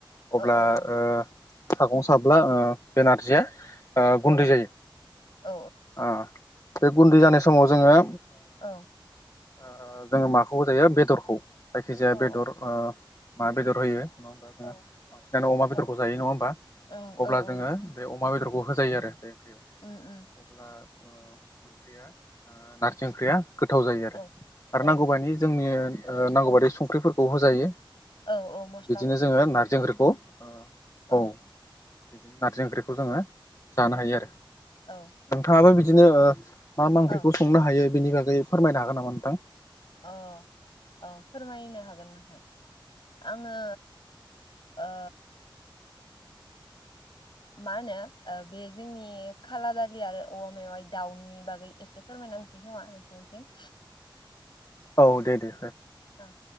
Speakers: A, on the left; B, on the left.
A: अब्ला
B: औ औ
A: ओ सागं साब्ला ओ बे नारजिया ओ गुन्दै
B: औ
A: जायो
B: औ
A: ओ बे गुन्दै जानाय समाव जोङो
B: औ
A: ओ जोङो माखौ होजायो बेदरखौ जायखिजाया
B: औ
A: बेदर ओ मा बेदर होयो नङा होमबा जोङो
B: औ
A: बांसिनानो अमा
B: औ
A: बेदरखौ जायो नङा होमबा
B: ओं औ
A: अब्ला
B: औ
A: जोङो
B: नंगौ
A: बे अमा बेदरखौ बाव होजायो आरो बे ओंख्रियाव
B: उम उम
A: अब्ला ओ ओंख्रिया ओ नारजि ओंख्रिया गोथाव जायो आरो
B: औ
A: आरो
B: औ
A: नांगौबानि जोंनि ओ नांगौबादि
B: औ
A: संख्रिफोर खौ होजायो
B: औ औ मस्ला-मस्लिफोरखौ
A: बिदिनो जोङो नारजि ओंख्रिखौ ओ
B: अ औ
A: बिदिनो नारजि ओंख्रिखौ जोङो जानो हायो आरो
B: औ
A: नोंथाङाबो बिदि बिदिनो ओ मा मा ओंख्रिखौ
B: औ
A: संनो हायो? बिनि बागै फोरमायनो हागोन नामा नोंथां?
B: अ औ फोरमायनो हागोन नोंथां आङो ओ मा होनो ओ बे जोंनि खाला दालि आरो औवा मेवाय दाउनि बागै एसे फोरमायना होनोसै खोमा नोंथांसिम।
A: औ दे दे
B: ओं